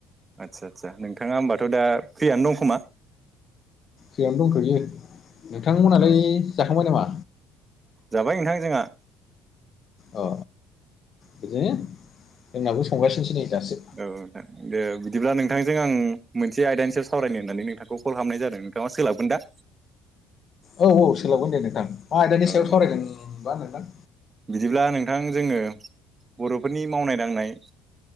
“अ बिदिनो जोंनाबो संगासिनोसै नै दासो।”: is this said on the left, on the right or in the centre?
Left